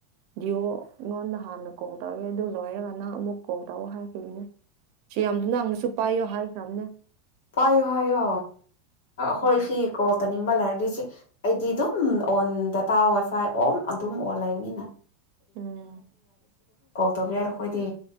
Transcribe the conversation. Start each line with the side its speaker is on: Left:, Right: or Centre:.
Right: ꯗꯤꯑꯣ ꯑꯩꯉꯣꯟꯗ ꯍꯥꯟꯅ ꯀꯣꯛ ꯇꯛꯑꯒꯦ ꯑꯗꯨ ꯂꯣꯏꯔꯒꯥ ꯅꯪ ꯑꯃꯨꯛ ꯀꯣꯜ ꯇꯑꯣ ꯍꯥꯏꯔꯈꯅꯤ ꯁꯤ ꯌꯥꯝꯗꯨ ꯅꯪꯁꯨ ꯄꯥꯏꯌꯣ ꯍꯥꯏ ꯁꯝꯅꯦ
Left: ꯄꯥꯏꯌꯣ ꯍꯥꯏꯌꯣ ꯍꯣꯏ
Right: ꯎꯝ
Left: ꯐꯤ ꯀꯣꯇꯧꯅꯤꯡꯕ ꯂꯩꯔꯗꯤ ꯑꯩꯗꯤ ꯗꯨꯝ ꯑꯣꯟ ꯗꯇꯥ ꯋꯥꯏꯐꯥꯏ ꯑꯣꯟ ꯑꯗꯨꯝ ꯑꯣꯟ ꯂꯩꯔꯅꯤꯅ
Right: ꯎꯝ
Left: ꯇꯧꯕ ꯌꯥꯔꯣ ꯑꯩꯈꯣꯏꯗꯤ